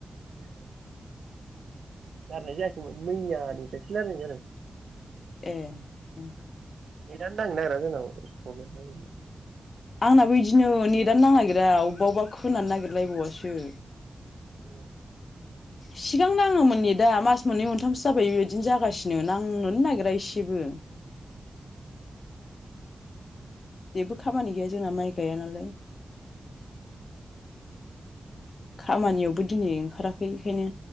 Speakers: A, on the right; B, on the left.
A: ए रायलायनाय जायाखैमोन मैयानिफ्रायसो रायायनाय जादों।
B: ए ।
A: नेतयानो नांनो नागिरा जोंनाव ।
B: आंनाबो बिदिनो नेटनोां नागिरा अबबा अबबा । खोनानो नागिरलायबावसो ।
A: <unintelligible>
B: सिगां नाङोमोननि दा मास मोननै मोनथामसो जाबाय बेबायदिनो जागासिनो नांनोनो नागिरा एसेबो ।
A: <unintelligible>
B: जेबो खामानि गैया जोंना माइ गाया नालाय । खामानियावबो दिनै ओंखाराखै बेखायनो